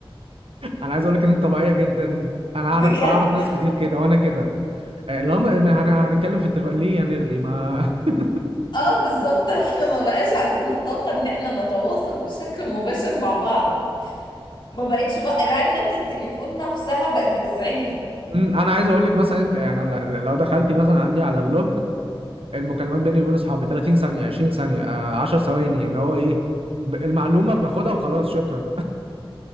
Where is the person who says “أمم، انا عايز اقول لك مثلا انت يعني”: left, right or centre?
Right